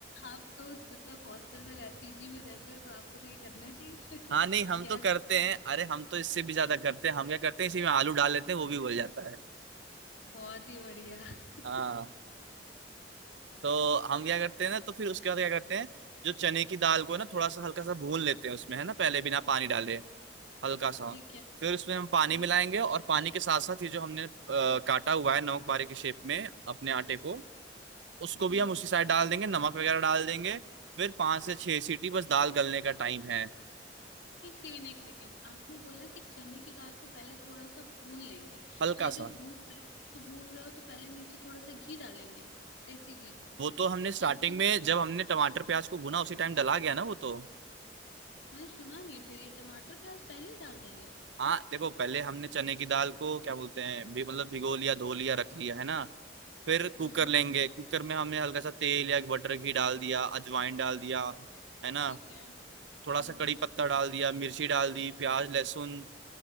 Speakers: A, on the left; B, on the right.
A: आप तो मतलब हॉस्टल में रह, पीजी में रहते हो तो आपको तो ये करना चाहिए फिर
B: हाँ नहीं
A: <laughs>
B: हम
A: गैस
B: तो करते हैं अरे हम तो इससे भी ज्यादा
A: हाँ,
B: करते हैं हम क्या करते हैं इसी में आलू डाल लेते हैं वो भी उबल जाता है
A: बहुत ही बढ़िया
B: हाँ
A: <laughs>
B: तो हम क्या करते हैं ना तो फिर उसके बाद क्या करते हैं जो चने की दाल को ना थोड़ा सा हल्का सा भून लेते हैं उसमें है ना पहले बिना पानी डाले हल्का सा
A: ठीक है
B: फिर उसमें हम पानी
A: ठीक
B: मिलाएंगे और पानी के साथ साथ ये जो हमने अ, काटा हुआ है नमक बारे के शेप में अपने आटे को उसको भी
A: हम्म
B: हम उसी साइड डाल देंगे नमक वगैरह डाल देंगे फिर पांच से छह सीटी बस दाल गलने का टाइम है
A: एक सेकेंड एक सेकेंड आपने बोला कि चने की दाल को पहले थोड़ा सा भून लेंगे
B: हल्का
A: तो ये जो
B: सा
A: भून रहे- तो भून रहे हो तो पहले नीचे थोड़ा सा घी डालेंगे देसी घी
B: वो तो हमने स्टार्टिंग
A: तो भुने-
B: में जब हमने टमाटर प्याज को भुना उसी टाइम डला गया ना वो तो
A: मैंने सुना नहीं फिर ये टमाटर प्याज पहले ही डाल देंगे
B: हाँ देखो पहले हमने चने की दाल को क्या बोलते हैं भी मतलब भिगो लिया धो लिया रख लिया है ना फिर कुकर
A: हम्म
B: लेंगे कुकर में हमने हल्का सा तेल या बटर घी डाल दिया अजवाइन डाल दिया है ना
A: ठीक है हम्म
B: थोड़ा सा कड़ी पत्ता डाल दिया मिर्ची डाल दी प्याज लहसुन